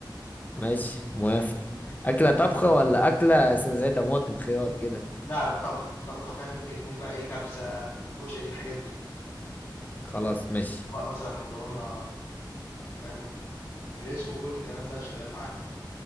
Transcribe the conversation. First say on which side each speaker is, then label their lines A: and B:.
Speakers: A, on the left; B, on the left.
A: ماشي موافق أكلة طبخة ولا أكلة مثلا زي طماطم خيار كده
B: لا لا طبخ طبخ فاهم ممكن يكون بقى ايه كبسة كشري الحاجات دي
A: خلاص ماشي
B: بقى مثلا مكرونة فاهم نجريسكو وكل الكلام ده شغال معانا